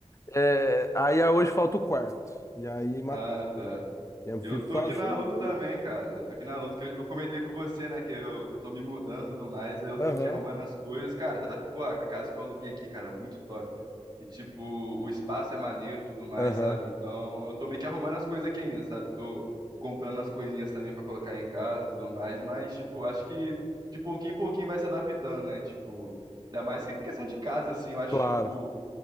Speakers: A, on the left; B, on the right.
A: É, aí ah, hoje falta o quarto. E aí matou.
B: ah, tá.
A: Eu
B: Eu
A: vivo
B: tô
A: sozinho.
B: aqui na luta também, cara. Eu tô aqui na luta que eu, eu comentei com você, né? Que eu, que eu tô me mudando e tudo mais. Aí eu
A: Aham,
B: tô aqui arrumando as coisas. Cara, tá, pô, a casa que eu aluguei aqui, cara, muito top. E, tipo, o espaço é maneiro e tudo mais,
A: aham,
B: sabe? Então eu tô meio que arrumando as coisas aqui ainda, sabe? Tô comprando as coisinhas também pra colocar em casa e tudo mais. Mas, tipo, acho que de pouquinho em pouquinho vai se adaptando, né? Tipo, ainda mais que em questão de casa, assim. Eu acho,
A: claro.
B: tipo,